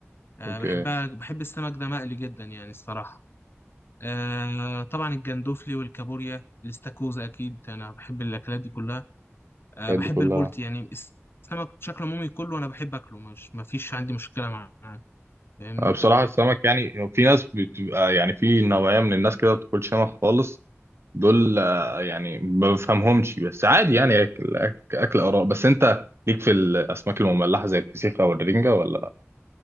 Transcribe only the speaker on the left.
آه
بحبها بحب السمك ده مقلي جدا يعني الصراحة آه طبعا الجندوفلي والكابوريا الاستاكوزا أكيد أنا بحب الأكلات دي كلها آه
بحب
البولتي يعني السمك بشكل عمومي كله أنا بحب أكله مش مفيش عندي مشكلة معاه فاهمني